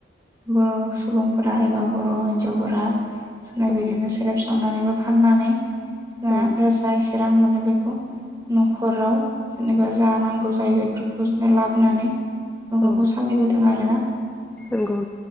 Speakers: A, on the right; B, in the centre.
A: बर' सुबुंफोरा एबा बर' हिन्जावफोरा जोंना
B: नोंथां
A: बिदिनो सेरेब सावनानैबो फाननानै जोंना
B: औ
A: जा एसे रां मोनो बेखौ न'खराव जेनेबा जा नांगौ जायो बेफोरखौ जोङो लाबनानै नखरखौ
B: औ
A: सालायबोदों आरोना
B: नंगौ नोंथां औ नंगौ